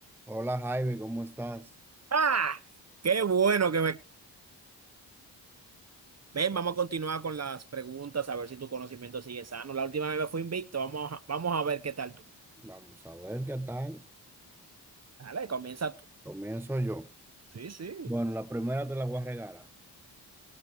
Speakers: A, in the centre; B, on the right.
A: Hola Jaime, ¿cómo estás?
B: ¡Ah! ¡Qué bueno que me... Ven, vamos a continuar con las preguntas, a ver si tu conocimiento sigue sano. La última vez me invicto, vamos a, vamos a ver qué tal tú.
A: Vamos a ver qué tal.
B: Dale, comienza tú.
A: Comienzo yo.
B: Sí, sí.
A: Bueno, la primera te la voy a regalar.